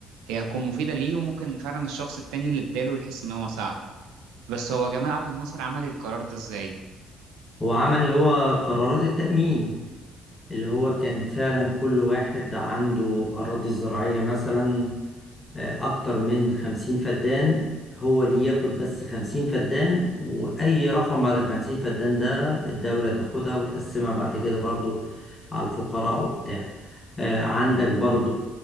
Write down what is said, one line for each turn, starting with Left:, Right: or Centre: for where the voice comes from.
Right: هي هتكون مفيده ليه وممكن فعلا الشخص التاني اللي اداله يحس ان هو ساعد بس هو جمال عبد الناصر عمل القرار ده ازاي
Left: هو عمل اللي هو قرارات التأمين اللي هو كان فعلا كل واحد عنده أراضي زراعية مثلا آه، أكتر من خمسين فدان هو اللي ياخد بس خمسين فدان وأي رقم بعد الخمسين فدان ده الدولة تاخدها وتقسمها بعد كده برضو على الفقراء وبتاع آه، عندك برضو
Right: مم.